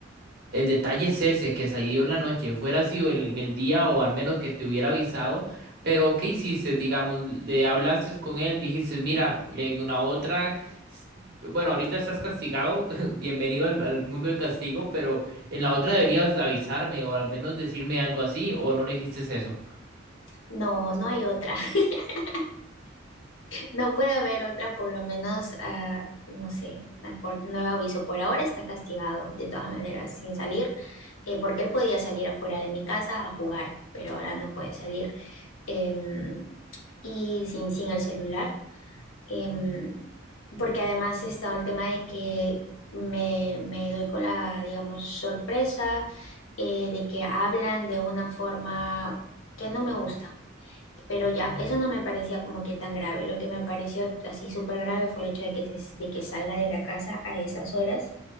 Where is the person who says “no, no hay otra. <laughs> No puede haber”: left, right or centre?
Left